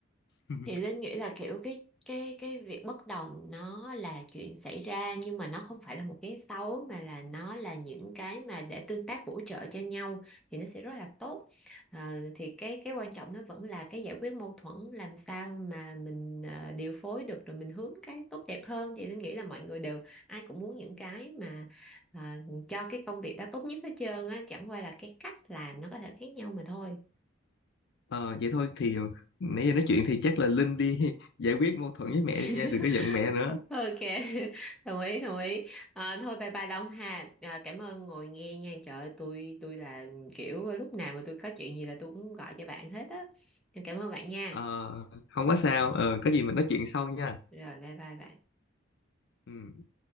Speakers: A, on the left; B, in the centre.
A: <laughs>
B: thì Linh nghĩ là kiểu cái cái cái việc bất đồng nó là chuyện xảy ra nhưng mà nó không phải là một cái xấu mà là nó là những cái mà để tương tác bổ trợ cho nhau thì nó sẽ rất là tốt Ờ, thì cái cái quan trọng nó vẫn là cái giải quyết mâu thuẫn làm sao mà mình ờ, điều phối được rồi mình hướng cái tốt đẹp hơn thì Linh nghĩ là mọi người đều ai cũng muốn những cái mà ờ, cho cái công việc đó tốt nhất hết trơn á chẳng qua là cái cách làm nó có thể khác nhau mà thôi
A: Ờ vậy thôi thì ờ, nãy giờ nói chuyện thì chắc là Linh đi <laughs> giải quyết mâu thuẫn với mẹ
B: <laughs>
A: đi nha, đừng có giận mẹ nữa.
B: ok <laughs> đồng ý đồng ý à, thôi bye bye Đông ha à, cảm ơn ngồi nghe nha trời ơi, tôi tôi là kiểu lúc nào mà tôi có chuyện gì là tôi cũng gọi cho bạn hết á cảm ơn bạn nha
A: Ờ không có sao, ờ có gì mình nói chuyện sau nha.
B: rồi bye bye bạn
A: Ừ.